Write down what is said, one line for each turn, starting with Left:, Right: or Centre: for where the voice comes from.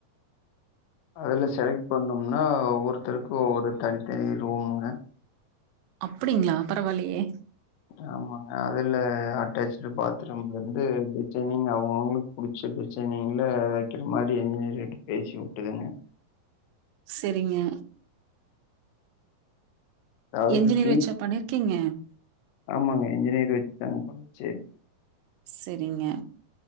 Left: அதுல செலக்ட் பண்ணம்னா ஒவ்வொருத்தருக்கு ஒவ்வொரு தனித்தனி ரூமுங்க
Right: அப்டிங்ளா பரவால்லையே
Left: ஆமாங்க அதுல அட்டாச்டு பாத்ரூம்ல இருந்து டிசைனிங் அவ்ங்கவுங்களுக் புடிச்ச டிசைனிங்ல வெக்கிற மாரி என்ஜினியரிட்ட பேசி வுட்டுதுங்க
Right: செரிங்க
Left: அதாவது
Right: என்ஜினியர்
Left: ஃபியூ
Right: வெச்சா பண்ணிருக்கீங்க
Left: ஆமாங்க இன்ஜினியர் வெச்சு தாங்க பண்ணோ சேரி
Right: செரிங்க